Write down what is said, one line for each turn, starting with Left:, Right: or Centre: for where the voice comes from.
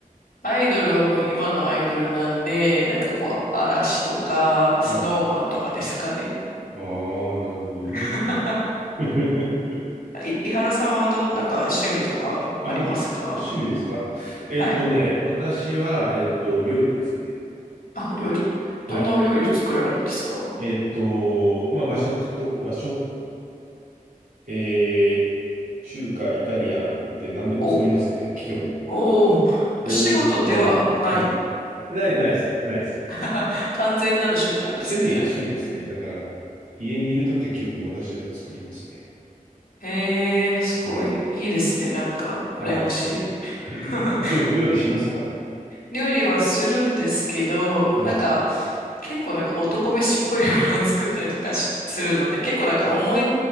Left: アイドルはもう今のアイドルなんで、なんかこう、嵐とか、スノーマンとかですかね。
Right: はい。ああ、なるほどね。
Left: <laughs>
Right: <laughs>
Left: い、井原さんはどん、なんか趣味とかありますか
Right: あ、僕、あ、趣味ですかえっとね、
Left: はい。
Right: 私は、えっと、料理ですね。
Left: あ、お料理。
Right: はい。
Left: どんなお料理作られるんですかお
Right: えっと、まあ、和食と、和食、えー、中華、イタリアンって何でも作りますね。
Left: お
Right: 基本。
Left: おおお仕事ではない
Right: オールラウンド。うん。ない、ないです。ないです。
Left: <laughs> あ完全なる趣味なんですね、
Right: 趣味、
Left: じゃ
Right: 趣味ですね。だから、家にいるときは基本私が作りますね。
Left: あ。へえ、すごい。
Right: はい。
Left: いいですね、なんか、羨ましい。
Right: はい。
Left: <laughs>
Right: え料、料理しますか
Left: 料理はするんですけど、
Right: はい。
Left: なんか、結構なんか男飯っぽいものを作ったりとかしするので、結構なんか重い、